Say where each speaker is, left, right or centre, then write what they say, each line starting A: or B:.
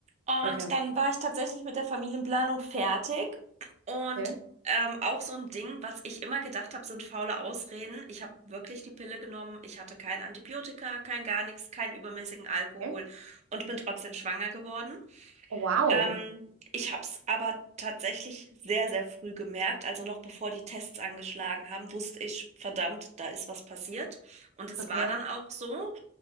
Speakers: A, on the right; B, on the right.
A: Und
B: Okay.
A: dann war ich tatsächlich mit der Familienplanung fertig. Und
B: Okay.
A: ähm, auch so ein Ding, was ich immer gedacht habe, sind faule Ausreden. Ich habe wirklich die Pille genommen. Ich hatte kein Antibiotika, kein gar nichts, keinen übermäßigen Alkohol
B: Okay.
A: und bin trotzdem schwanger geworden.
B: Oh, wow.
A: Ähm, ich habe es aber tatsächlich sehr, sehr früh gemerkt. Also noch bevor die Tests angeschlagen haben, wusste ich, verdammt, da ist was passiert. Und es
B: Okay.
A: war dann auch so.